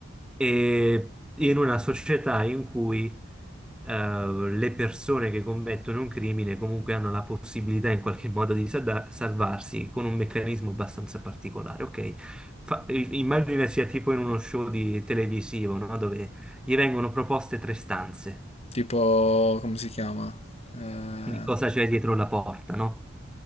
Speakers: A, in the centre; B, on the left.
A: E in una società in cui eh, le persone che commettono un crimine comunque hanno la possibilità in qualche modo di sada- salvarsi con un meccanismo abbastanza particolare, ok? Fa- i- immagina sia tipo in uno show di televisivo, no? Dove gli vengono proposte tre stanze
B: Tipo, come si chiama? Eh,
A: di cosa c'è dietro la porta, no?